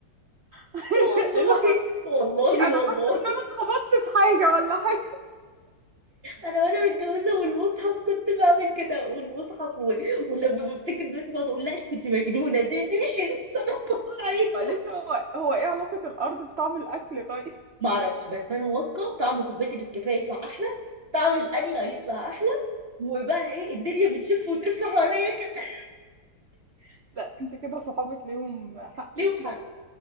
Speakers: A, on the right (about 70°); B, on the right (about 35°).
A: <laughs>
B: والله
A: ايه اللي حصل؟
B: والله
A: في انا
B: والله
A: حاسه ان انا اتخبطت في حاجه ولا حاجه
B: انا وانا متجوزه والمصحف كنت بعمل كده والمصحف و... ولما بفتكر دلوقتي بقعد اقول لا انت كنت مجنونه دي دي مش انسانه طبيعيه
A: معلش هو هو ايه علاقه الارض بطعم الاكل طيب؟
B: ما اعرفش بس انا واثقه طعم كوبايه النسكافيه يطلع احلى طعم الاكل يطلع احلى وبقى ايه الدنيا بتشف وترف حواليا كده
A: <laughs> لا انت كده صحابك ليهم حق
B: ليهم
A: يت-
B: حق